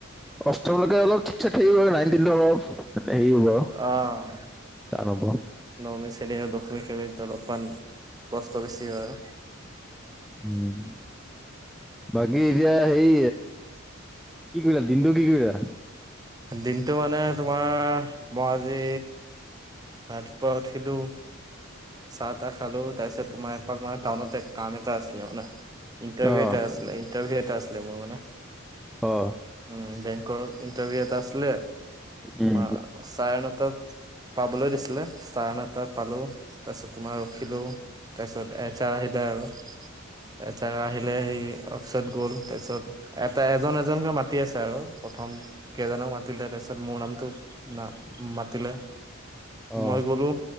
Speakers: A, in the centre; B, on the right.
A: অষ্টমলৈকে অলপ ঠিকছে ঠিক নাইনটিনটোৰ অলপ হেৰি হ'ব আৰু
B: অ',
A: টান হ'ব।
B: নমি চ ন দুখ <unintelligible> অলপমান কষ্ট বেছি হয়।
A: উম', বাকী এতিয়া সেই কি কৰিল? দিনটো কি কৰিলা?
B: দিনতটো মানে তোমাৰ মই আজি ৰাতিপুৱা উঠিলো। চাহ তাহ খালো তাৰপিছত তোমাৰ এপাক মানে টাউনতে কাম এটা আছে। <unintelligible> মানে ইণ্টাৰভিউ
A: অ
B: এটা আছিলে। ইণ্টাৰভিউ এটা আছিলে। মোৰ মানে
A: অ'।
B: উম, বেংকৰ ইণ্টাৰভিউ এটা আছিলে
A: উম।
B: তোমাৰ চাৰে নতাট পাবলৈ দিছিলে, চাৰে নটাট পালো, তাৰপিছত তোমাৰ ৰখিলো তাৰপিছত এচ আৰ আহিলে আৰু। এচ আৰ আহিলে সি অ'ফিচত গ'ল তাৰপিছত এটাই এজন এজনকে মাতি আছে আৰু প্ৰথম কেইজনক মাটিলে তাৰপাছত মোৰ নাম তো নাম মাটিলে।
A: অ'।
B: মই
A: অ',
B: গ'লো,